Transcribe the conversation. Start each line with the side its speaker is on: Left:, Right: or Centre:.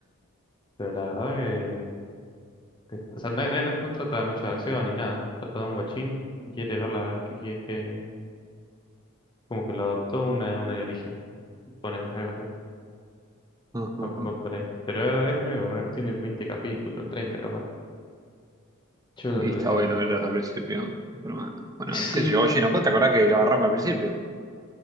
Left: pero la verdad que, que- o sea, no, no- no no trata mucho de acción ni nada. Trata de un guachín que quiere verla, que, que, que como que lo adoptó una, una alienígena. Ponele, algo así.
Right: Ujú.
Left: Va, va por ahí. Pero es nuevo, ¿no? Tiene 20 capítulos, 30 capaz. Yo lo
Right: Y
Left: tuve
Right: está
Left: Silent
Right: bueno
Left: Hill.
Right: verlas al principio. Pero, bueno, bueno,
Left: Sí,
Right: qué sé yo, Oye, no ¿te acordás que lo agarramos al principio?